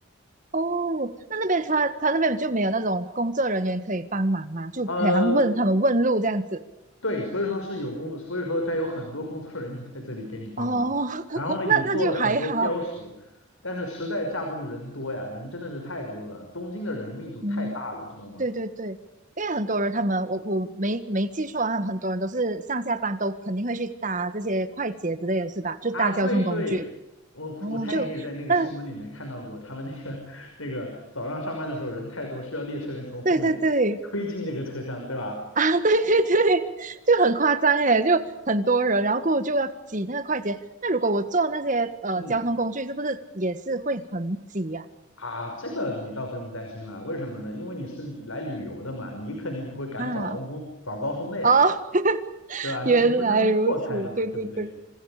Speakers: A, on the right (about 35°); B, on the left (about 80°).
A: 哦，那那边他他那边就没有那种工作人员可以帮忙嘛，就可以好像问他们问路这样子。
B: 呃，对，所以说是有工，所以说他有很多工作人员在这里给你帮忙，
A: 哦，<laughs>
B: 然后呢也做了很多标识，
A: 那那就还好。
B: 但是实在架不住人多呀，人真的是太多了，东京的人密度太大了，
A: 嗯，
B: 知道吗？
A: 对对对，因为很多人他们我我没没记错他们很多人都是上下班都肯定会去搭这些快捷之类的是吧？就搭交通工具。
B: 啊，对对，我我猜你也在那个新闻里面看到过，
A: 嗯，就那
B: 他们那个 <laughs> 那个早上上班的时候人太多，需要列车员从后面推进那个车厢，
A: 对对对，
B: 对吧？
A: <laughs> 啊，对对对，就很夸张诶，就很多人，然后过后就要挤那个快捷。那如果我坐那些呃交通工具，
B: 嗯，
A: 是不是也是会很挤呀、
B: 啊，这个你倒不用担心了，为什么呢？因为你是来旅游的嘛，你肯定不会赶早高峰早高峰的呀。
A: 啊？啊，哦，<laughs>
B: 对吧？你肯定会跟他们错开的嘛，
A: 原来如此，对对对，
B: 对不对？